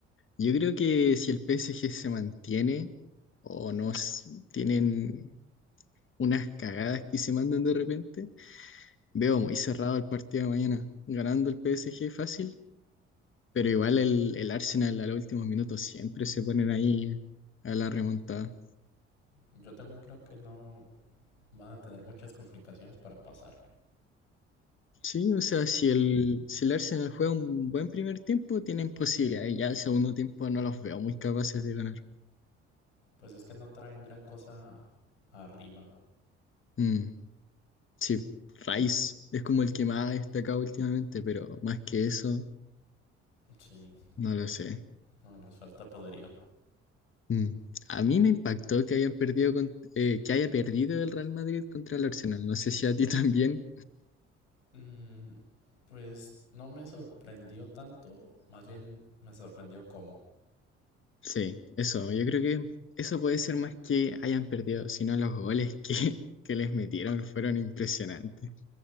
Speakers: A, on the left (about 35°); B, on the left (about 80°).
A: yo creo que si el PSG se mantiene o no s- tienen unas cagadas que se mandan de repente, veo muy cerrado el partido de mañana. Ganando el PSG fácil Pero igual el, el Arsenal a los últimos minutos siempre se ponen ahí a la remontada.
B: Yo también creo que no van a tener muchas complicaciones para pasar.
A: Sí, o sea, si el, si el Arsenal juega un buen primer tiempo, tienen posibilidades. Ya el segundo tiempo no los veo muy capaces de ganar.
B: Pues es que no traen gran cosa arriba.
A: Mm, sí, Rice es como el que más ha destacado últimamente, pero más que eso,
B: Sí,
A: no lo sé.
B: no les falta poderío.
A: Mm. A mí me impactó que hayan perdido con- eh, que haya perdido el Real Madrid contra el Arsenal. No sé si a ti <laughs> también
B: Mm, pues no me sorprendió tanto, más bien me sorprendió cómo.
A: Sí, eso, yo creo que eso puede ser más que hayan perdido, sino los goles que, <laughs> que les metieron fueron impresionantes.